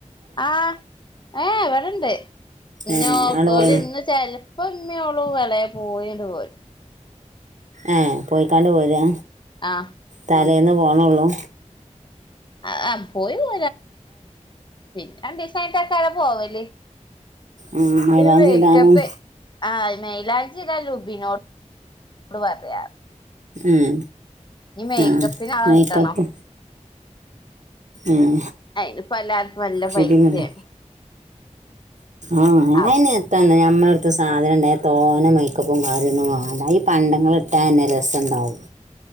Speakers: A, on the left; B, on the right.
A: ആഹ് ഏഹ് ഇവിടെണ്ട് ന്നു
B: ഏഹ് അങ്ങട് പോയി
A: ഓല് ഇന്ന് ചെലപ്പോ ഇമ്മേ ഓളും <unintelligible> പോയിണ്ട് പോരും.
B: ഏഹ് പോയിക്കാണ്ട് പോരാ
A: ആഹ്
B: തലേന്ന് പോണോള്ളൂ
A: ആഹ് ആഹ് പോയി <unintelligible> പിന്നെ രണ്ടീസായിട്ടെക്കതാ പോവല്
B: ഉം മൈലാഞ്ചി
A: ഒരു മേക്കപ്പ്
B: ഇടാനും
A: ആ മൈലാഞ്ചി ഇടാൻ ലൂബിനോട് നമ്മള് പറയാ
B: ഉം
A: നീ മേക്കപ്പിന്
B: ആഹ്
A: ആളെ
B: മേക്കപ്പ്
A: കിട്ടണം
B: ഉം
A: അയിന്പ്പ എല്ലാർക്കും നല്ല
B: ഷിബിനുണ്ടോ
A: പൈസയാണ്
B: ആഹ്
A: അ
B: ആയിന് എത്ത നമ്മള അടുത്ത് സാധനം ഉണ്ടായൽ തോന മേക്കപ്പും കാര്യങ്ങളും വേണ്ട ഈ പണ്ടങ്ങള ഇട്ടാൻ തന്നെ രസണ്ടാകും